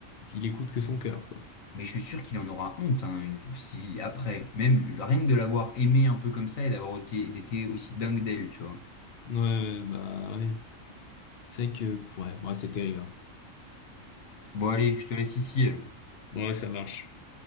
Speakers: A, on the left; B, on the left.
A: il écoute que son cœur, quoi.
B: Mais je suis sûr qu'il en aura honte, hein, une- si après, même rien que de l'avoir aimé un peu comme ça et d'avoir été, été aussi dingue d'elle, tu vois.
A: Ouais, ouais, bah ouais. C'est vrai que, ouais, ouais, c'est terrible. hein.
B: Bon, allez, je te laisse ici.
A: Bon, ouais, ça marche.